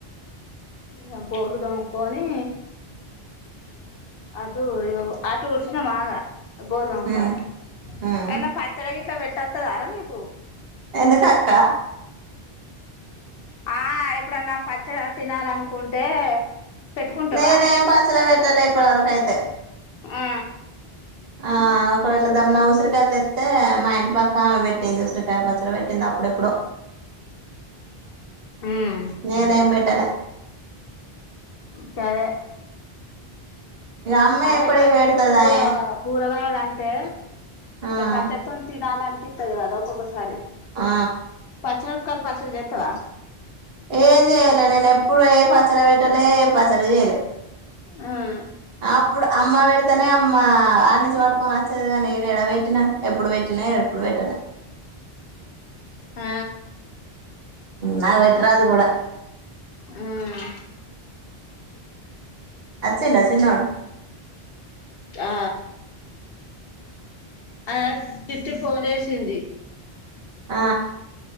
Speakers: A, on the left; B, on the right.
A: ఇక బోలు దోముకుని ఆటు ఆటు ఉడిచిన మాగా గోలు దొముకోవాలె
B: ఉమ్ ఉమ్
A: ఎన్న పచ్చడాకిట్లా పెట్ట తెత్తదరా నీకు
B: ఎందుక అక్క
A: ఆ ఎప్పుడన్నా పచ్చడ తినాలనుకుంటే పెట్టుకుంటావా
B: నే నేం పచ్చడ పెట్టాలా ఇప్పుడు వరకైతే
A: ఆ
B: ఆ ఒకవేళ దమ్మున ఉసిరికాయలు తెత్తే మా ఇంటి పక్కమె పెట్టింది. ఉసిరికాయ పచ్చడి పెట్టింది అప్పుడెప్పుడు.
A: ఉమ్
B: నేను ఎం పెట్టాలె
A: సరే
B: ఇక అమ్మే
A: ఆ
B: ఎప్పటికి
A: ఎప్పటికే
B: పెడతదాయే
A: కూర కూరగా అంటే
B: ఆ
A: పచ్చడితోనే తినాల అంత ఇత్తది కదా ఒక ఒక సారి
B: ఆ
A: పచ్చిమిరపకాయల పచ్చడ జెతవా
B: ఏం చెయాలె నేను ఎప్పుడు ఏ పచ్చడ పెట్టాలె ప తరజేలే
A: ఉమ్
B: అప్పుడు అమ్మ పెడితేనే అమ్మ ఆడి నుంచి పట్టుకొని వచ్చేదు కానీ ఏడేడా పెట్టినా ఎప్పుడు పెట్టి తిన ఎప్పుడు పెట్టలే
A: ఆ
B: నా వెట్రాదు కూడాడ
A: ఉమ్
B: అచ్చంట చిన్నోడు
A: ఆ అద తిట్టి ఫోన్ చేసింది
B: ఆ